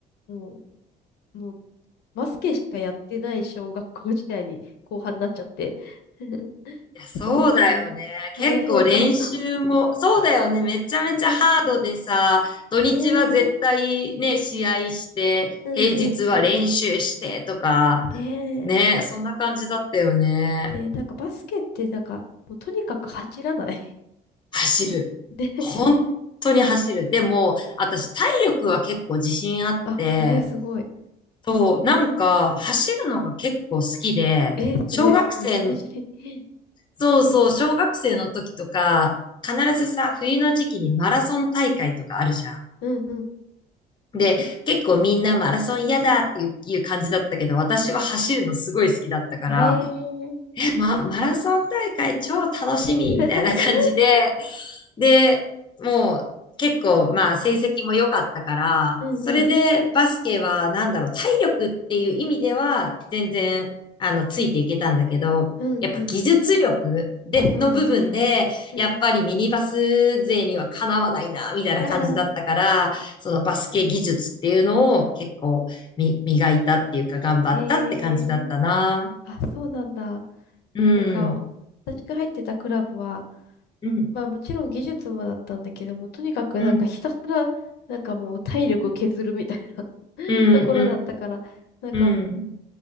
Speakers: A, on the left; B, on the left.
A: もう、もうバスケしかやってない小学校時代に後半になっちゃって。<laughs>
B: いや、そうだよね。
A: そう、もう大変だった。
B: 結構練習も、そうだよね。めちゃめちゃハードでさ、
A: <laughs> うん
B: 土日は絶対ね、
A: ねえ、
B: 試合して、
A: うんうんうん。
B: 平日は練習してとか、
A: ねえ。
B: ね、そんな感じだったよね。
A: で、なんかバスケってなんか、もうとにかく走らない。<laughs>
B: 走る。
A: で、
B: 本当に走る。でも、私体力は結構自信あって、
A: あ、えー、すごい。
B: そう、なんか、走るのが結構好きで、
A: えー、
B: 小学生、
A: それ、めちゃめちゃいい。
B: そうそう、小学生の時とか、必ずさ、冬の時期にマラソン大会とかあるじゃん。
A: <laughs> うんうん。
B: で、結構みんなマラソン嫌だっていういう感じだったけど、私は走るのすごい好きだったから、
A: ええー。
B: え、ま、マラソン大会超楽しみみたいな感じで、
A: <laughs>
B: で、もう結構まあ成績も良かったから、
A: うんうん。
B: それでバスケはなんだろう、体力っていう意味では全然あのついていけたんだけど、
A: うんうん。
B: やっぱ技術力で、
A: まあそうだね。
B: の部分で、
A: うん。
B: やっぱりミニバス勢にはかなわないな、みたいな感じだったから、
A: <laughs>
B: そのバスケ技術っていうのを結構み磨いたっていうか頑張ったって感じだったな。
A: へえ。あ、そうなんだ。
B: うん。
A: なんか、私が入ってたクラブは、
B: うん。
A: まあもちろん技術もだったんだけども、とにかくなんかひたすら、
B: うん。
A: なんかもう体力削るみたいな <laughs>
B: うん。
A: ところだったから、なんか
B: うん。うん。